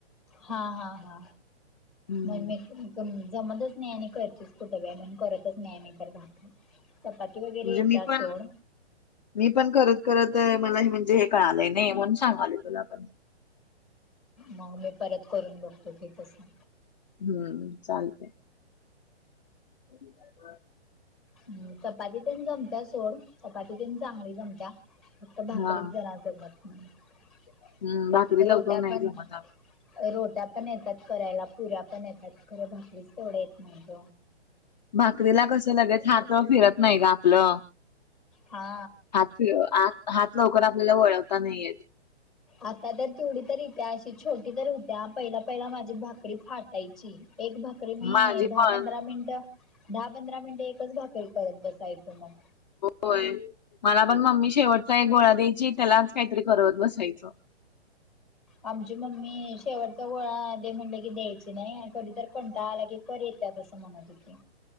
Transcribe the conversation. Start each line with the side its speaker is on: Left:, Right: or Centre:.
Centre: हां हां हा
Left: हम्म
Centre: म्हज म पण जमतच नाही आणि करचीच कुठंबे आहे म्हण करतच नाही म तर भाातर चपाती वगैरे
Left: म्हणजे
Centre: येतात
Left: मी पण
Centre: सोड.
Left: मी पण खत करत मला हे म्हणजे हे कळालंय नाही म्हणून सांगाले तुला पण
Centre: मग मी परत करून बघतो की कसं?
Left: हम्म चालतेय. ह.
Centre: हम् चपाती पण जमत्या सोड चपाती प चांगली जमत्या. फक्त भाकरीत
Left: हा
Centre: जरा जमत नाही
Left: हम्म भाकरी
Centre: रोट्या
Left: लवकर नाही
Centre: पण
Left: जमत. अगं.
Centre: रोट्या पण येतात करायला पुऱ्या पण येतात खरं भाकरीच तेवढ आहेतेत म्हणज
Left: भाकरीला कसं लगेच हात फिरत नाही का आपलं.
Centre: हा.
Left: हा हात ना लवकर आपल्याला वळवता नाही येत.
Centre: आता तर तेवढी तरी ईत्या, अशी छोटी तर होत्या, पहिल पहिल माझी भाकरी फाटायची एक भाकरी भाकरी मी
Left: माझी
Centre: दहा
Left: पण
Centre: पंधरा मिनिट, दहा पंधरा मिनिट एकच भाकरी करत बसायचं मग.
Left: होय, मला पण मम्मी शेवटचा एक गोळा द्यायची त्यालाच काहीतरी करत बसायचं.
Centre: आमची मम्मी शेवटचा गोळा दे म्हणल की द्यायची नाही, आणि कधी जर कंटाळा आला कि बर येतात असं म्हणत होते,